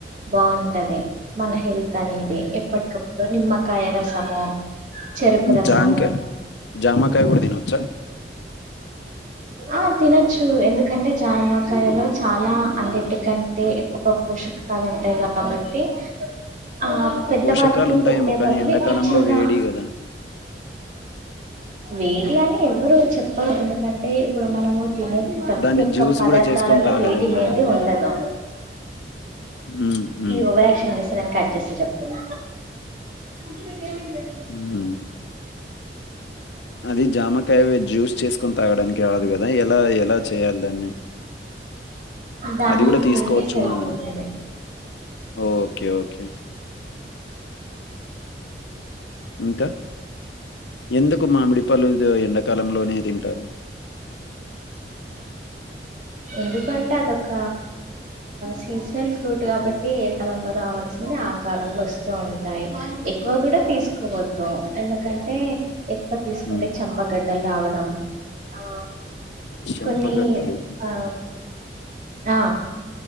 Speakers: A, on the right; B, on the left.
A: బాగుంటది మన హెల్త్ అనేది ఎప్పటికప్పుడు నిమ్మకాయ రసము చెరుకు రసము
B: జాంక జమకాయ కూడ తినవచ్చ
A: ఆ తినొచ్చు ఎందుకంటె జానమకాయలో
B: ఉమ్,
A: చాలా అన్నిటికంటె అంటె ఎక్కువ పోషకాలు ఉంటయి కాబట్టి ఆ పెద్దవాటికి
B: పోషకాలు ఉంటాయేమో
A: పెట్టే
B: కానీ
A: బదులు
B: ఎండాకాలంలో
A: ఈ చిన్న
B: వేడి కదా
A: వేడి అని ఎవరు చెప్పరు ఎందుకంటే ఇప్పుడు మనము తినే ప్రతి
B: దాన్ని
A: ఒక్క
B: జ్యూస్
A: పదార్థాలలో
B: కూడా చేసుకొని తాగలేము
A: వేడి లేంది
B: కదా
A: ఉండదు
B: ఉమ్, ఉమ్,
A: ఈ ఓవరాక్షన్ చేస్తె నేను కట్ చేస్త చెప్తున్న సిద్దిలోకి ఏమి లేదు
B: ఉమ్ అది జామకాయవే జ్యూస్ చేసుకొని తాగడానికి కాదు గదా ఎలా ఎలా చేయాలి దాన్ని
A: దాన్ని
B: అది గూడా
A: తింటే
B: తీసుకోవచ్చు
A: సరిపోతుంది
B: అనా ఓకే ఓకే ఇంకా ఎందుకు మామిడిపండ్లు ఎండాకాలంలోనే తింటారు
A: ఎందుకంటే అదొక సీజనల్ ఫ్రూట్ కాబట్టి
B: ఉమ్,
A: యే కాలంలో రావాల్సింది ఆ కాలంలో వస్తూ ఉంటాయి ఎక్కువ కూడా తీసుకోవ ద్దు ఎందుకంటే ఎక్కువ తీసుకుంటే
B: ఉమ్.
A: చంపగడ్డలు రావడం ఆ
B: చెంపగడ్డలు
A: కొన్ని ఆ ఆ